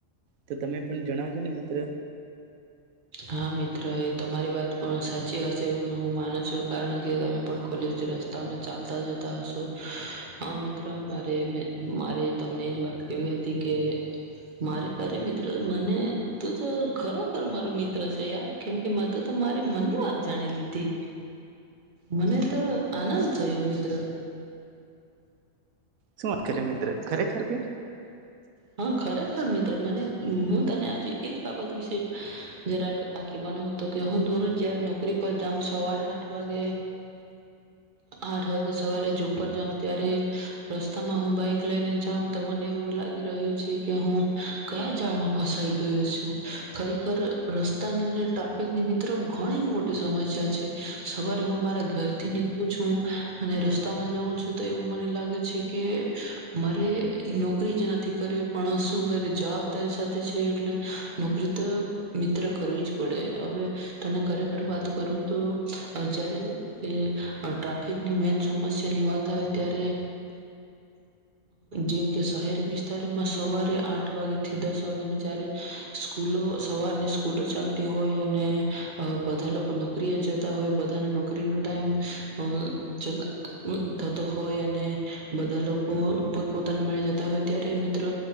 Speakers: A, on the right; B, on the right.
A: તો તમે પણ જણાવજો ને મિત્ર.
B: હા મિત્ર એ તમારી વાત પણ સાચી હશે એ હું માનું છું કારણ કે તમે પણ કોલેજ રસ્તામાં ચાલતા જતા હશો હા મિત્ર મારે મે મારે તમને એજ વાત કેવી હતી કે મારે અરે મિત્ર મને તું તો ખરાખર મારો મિત્ર. છે યાર કેમ કે મેં તો મારે મનની વાત જાણી લીધી મને તો. આનંદ થયો મિત્ર.
A: સુ વાત કરે મિત્ર ખરેખર કે
B: હા ખરેખર મિત્ર મને હું તને આજે એજ બાબત વિશે. જ કહેવાનો હતો કે હું દોરજ જયારે નોકરી પર જમ સવારે આઠ વાગે આઠ વાગે સવારે જોબ જાઉ ત્યારે રસ્તામાં હું બાઈક લઈને જમ તો મને એવું લાગી રહ્યું છે કે હું કયા જાઝાડમાં ફસાઈ ગયો છું ખરેખર. રસ્તાની અને ટ્રાફિકની મિત્ર ઘણી જ મોટી સમસ્યા છે સવારે હું મારા ઘરથી નીકળું છું અને રસ્તામાં જાઉં છું તો એવું મને લાગે છે કે મારે નોકરી જે નથી કરવી પણ શું કરે જવાબદારી સાથે છે એટલે નોકરી તો. મમિત્ર કરવી જ પડે હવે તને ખરેખર વાત કરું તો જયારે એ ટ્રાફિકની મેન સમસ્યા ની વાત આવે ત્યારે જેમ કે શહેર વિસ્તારમાં સવારે આઠ વાગેથી દસ વાગ્યામાં જારે સ્કૂલો. સવારની સ્કૂલો ચાલતી હોય અને બધા લોકો નોકરીએ જતા હોય બધાને નોકરીનો ટાઈમ અ થતો હોય અને બધા લોકો પોતપોતાને મેળ જતા હોય ત્યારે મિત્ર